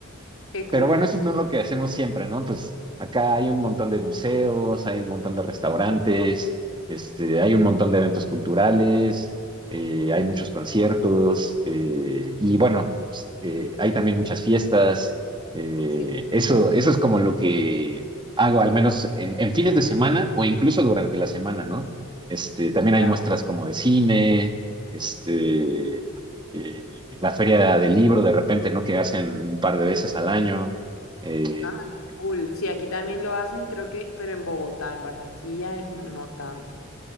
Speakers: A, on the left; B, on the right.
A: Qué cool,
B: Pero bueno,
A: qué
B: eso
A: cool.
B: no es no lo que hacemos siempre, ¿no? Pues acá hay un montón de museos, hay un montón de restaurantes, este, hay un montón de eventos culturales, eh, hay muchos conciertos, eh, y bueno, pues, eh, hay también muchas fiestas. Eh,
A: Sí,
B: eso, eso es como lo que hago, al menos en, en fines de semana o incluso durante la semana, ¿no? Este, también hay
A: ya.
B: muestras como de cine, este, eh, la feria del libro de repente, ¿no? Que hacen un par de veces al año. Eh,
A: Ah, qué cool. Sí, aquí también lo hacen, creo que, pero en Bogotá, en Barranquilla es no tanto.